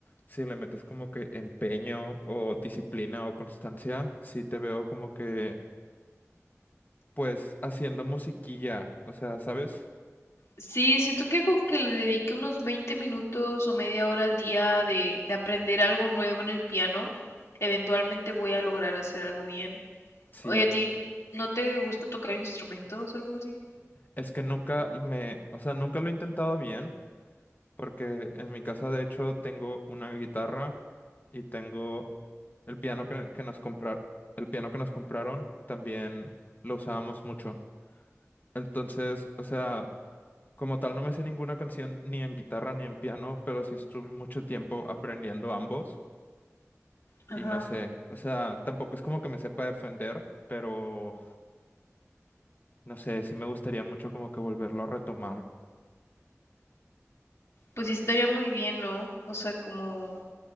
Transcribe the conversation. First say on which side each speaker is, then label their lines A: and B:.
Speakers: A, on the left; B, on the left.
A: Si le metes como que empeño o disciplina o constancia, sí te veo como que, pues, haciendo musiquilla. O sea, ¿sabes?
B: Sí, siento que con que le dedique unos 20 minutos o media hora al día de, de aprender algo nuevo en el piano, eventualmente voy a lograr hacer algo bien.
A: Sí.
B: Oye, ¿a ti no te gusta tocar instrumentos o algo así?
A: Es que nunca me, o sea, nunca lo he intentado bien, porque en mi casa de hecho tengo una guitarra y tengo el piano que, que nos comprar, el piano que nos compraron, también lo usábamos mucho. Entonces, o sea, como tal no me sé ninguna canción ni en guitarra ni en piano, pero sí estuve mucho tiempo aprendiendo ambos
B: Ajá.
A: y no sé, o sea, tampoco es como que me sepa defender, pero no sé, sí me gustaría mucho como que volverlo a retomar.
B: Pues sí estaría muy bien, ¿no? O sea, como